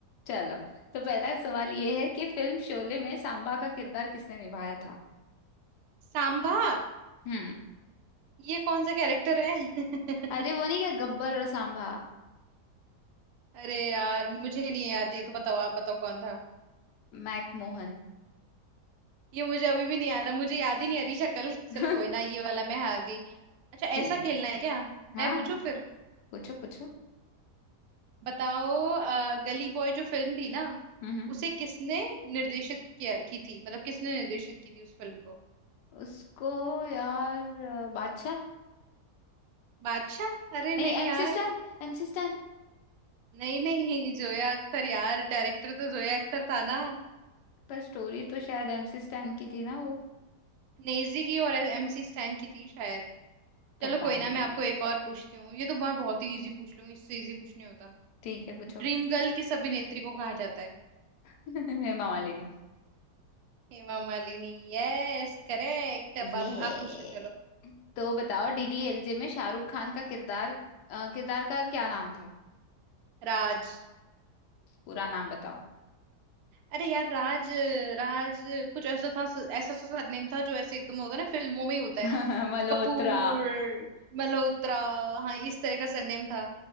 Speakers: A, on the left; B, on the right.
A: चलो तो पहला सवाल ये है कि फिल्म शोले में सांबा का किरदार किसने निभाया था
B: सांभा
A: हम्म
B: ये कौन सा कैरेक्टर है <laughs>
A: अरे वो नहीं क्या गब्बर और सांबा
B: अरे यार मुझे नहीं याद ये तो बताओ आप बताओ कौन था
A: मैकमोहन
B: ये मुझे अभी भी नहीं आ रहा मुझे याद ही नहीं आ रही शक्ल चलो
A: <laughs>
B: कोई ना ये वाला मैं हार गई अच्छा ऐसा
A: ठीक
B: खेलना
A: है
B: है क्या
A: हाँ
B: मैं पूछू फिर
A: पूछो पूछो
B: बताओ अ, गली बॉय जो फिल्म थी ना
A: हम्म हम्म।
B: उसे किसने निर्देशित किया की थी मतलब किसने निर्देशित की थी उस फिल्म को
A: उसको यार अ, बादशाह
B: बादशाह अरे नहीं
A: नहीं एमसी
B: यार
A: स्टैन MC Stan
B: नहीं नहीं जोया अख्तर यार डायरेक्टर तो जोया अख्तर था ना
A: पर स्टोरी तो शायद एमसी स्टैन की थी ना वो।
B: नेजी की और एमसी स्टैन की थी शायद
A: पता
B: चलो कोई
A: नहीं
B: ना मैं आपको एक और पूछती हूँ ये तो मैं बहुत ही इजी पूछ लूंगी इससे इजी कुछ नहीं होता
A: ठीक है पूछो
B: ड्रीम गर्ल किस अभिनेत्री को कहा जाता है
A: <laughs> हेमा मालिनी
B: हेमा मालिनी Yes correct
A: ये
B: अब आप आप पूछो चलो
A: तो बताओ डीडीएलजे में शाहरुख खान का किरदार अ, किरदार का क्या नाम था
B: राज
A: पूरा नाम बताओ
B: अरे यार राज राज कुछ ऐसा था ऐसा सा सरनेम था जो ऐसे एकदम होता है ना फिल्मों में ही होता
A: <laughs>
B: है
A: मल्होत्रा
B: जैसे कपूर मल्होत्रा हाँ इस तरह का सरनेम था